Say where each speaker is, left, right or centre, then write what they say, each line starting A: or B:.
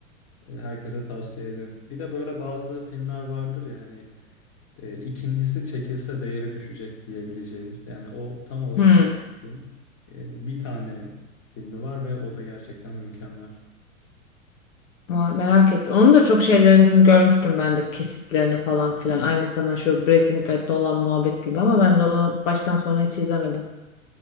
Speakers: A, on the left; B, on the left.
A: E, herkese tavsiye ediyorum. Bir de böyle bazı filmler vardır ya hani e, ikincisi çekilse değeri düşecek diyebileceğimiz. Yani o tam olarak
B: Hmm.
A: öyle bir film. E, bir tane filmi var ve o da gerçekten mükemmel.
B: Aa, merak ettim. Onun da çok şeylerini görmüştüm ben de kesitlerini falan filan. Aynı sana şu Breaking Bad'de olan muhabbet gibi ama ben de onu baştan sona hiç izlemedim.